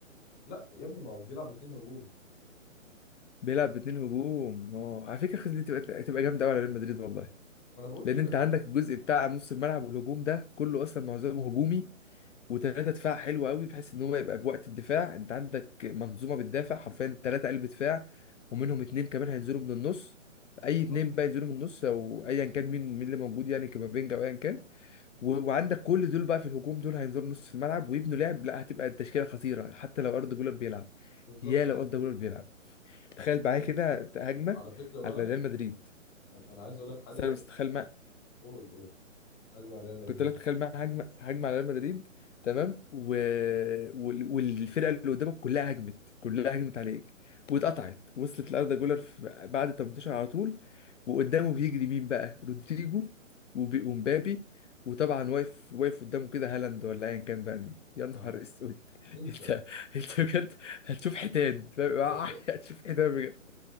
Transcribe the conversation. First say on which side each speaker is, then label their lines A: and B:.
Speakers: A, on the left; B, on the left.
A: لا يا ابني ما هو بيلعب باتنين هجوم
B: بيلعب باتنين هجوم اه على فكره الخطة دي تبقى تبقى جامده قوي على ريال مدريد والله
A: ما انا بقول
B: لان
A: كده
B: انت عندك الجزء بتاع نص الملعب والهجوم ده كله اصلا معظمه هجومي وثلاثه دفاع حلو قوي بحيث ان هو يبقى في وقت الدفاع انت عندك منظومه بتدافع حرفيا ثلاثه قلب دفاع
A: مم.
B: ومنهم اتنين كمان هينزلوا من النص اي
A: بالظبط
B: اتنين بقى ينزلوا من النص او ايا كان مين مين اللي موجود يعني كامافينجا او ايا كان و- وعندك كل دول بقى في الهجوم دول هينزلوا نص في الملعب ويبنوا لعب لا هتبقى التشكيله خطيره حتى لو اردا جولر بيلعب
A: بالظبط
B: يا لو
A: ايوه
B: اردا جولر بيلعب تخيل معايا كده هجمه
A: على فكره بقى
B: على ريال مدريد
A: انا أنا عايز اقول لك حاجه
B: بس انا
A: ان
B: مستخيل
A: قول قول هجمه على ريال مدريد
B: كنت لك تخيل بقى هجمه هجمه على ريال مدريد تمام و... وال- والفرقه اللي قدامك كلها هجمت كلها هجمت عليك واتقطعت وصلت لاردا جولر في... بعد ال 18 على طول وقدامه بيجري مين بقى رودريجو وب... ومبابي وطبعا واقف واقف قدامه كده هالاند ولا ايا كان بقى مين يا نهار
A: اه
B: اسود <laughs>
A: انسى
B: انت انت بجد هتشوف حيتان فاهم؟
A: <laughs>
B: <laughs> هتشوف حيتان